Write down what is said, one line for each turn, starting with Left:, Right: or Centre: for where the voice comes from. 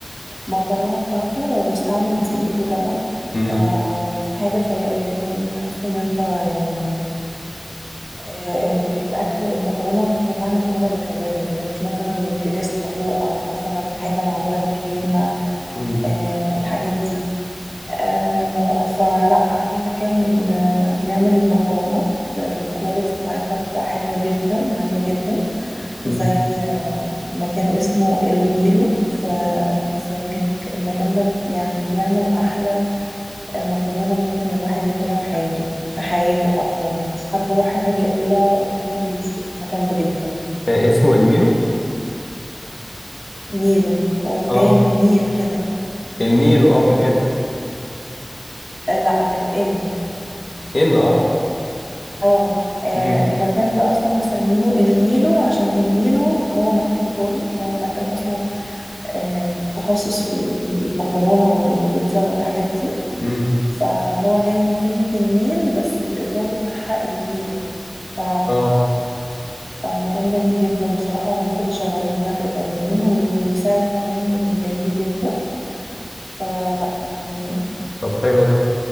Centre: المكرونه بتاعته هو بيستعمل دقيق ولبن
Left: امم
Centre: فدي حاجه سيئه جدا بتحس ان انت يعني آه، ال- الاكل المكرونه اكنها مكرونه بشاميل مش مثلا نجريسكو او مثلا حاجه معموله بكريمه
Left: مم.
Centre: آه، الحاجات دي آه فلا في مكان آه بيعمل مكرونات الكواليتي بتاعتها بتبقى حلوة جدا عالية جدا
Left: مم.
Centre: زي مكان اسمه النيلو في في الزمالك المكان ده يعني بيعمل أحلى آه، مكرونة ممكن الواحد ياكلها في حياته في حياته حرفيا مفيش حد راح هناك إلا وكان بيشكر في المكان ده جدا
Left: آه، اسمه الميلو
Centre: النيلو هو
Left: اه
Centre: جاية من نيل كده
Left: النيلو اه بالان
Centre: آه، لا بالإن
Left: ان اه
Centre: اه آه،
Left: مم.
Centre: المكان ده اصلا مسمينه النيلو عشان النيلو هو مكان ايطالي فهو مكان اصلا آه، متخصص في المكرونه والبيتزا والحاجات دي
Left: مم.
Centre: فهو جاي من كلمه النيل بس الايطالي بتاعها النيلو ف...
Left: اه
Centre: فمكان جميل جدا بصراحه والناس اللي شغالين هناك ايطاليين والسعر كمان جميل جدا فلا يعني
Left: طب حلو ده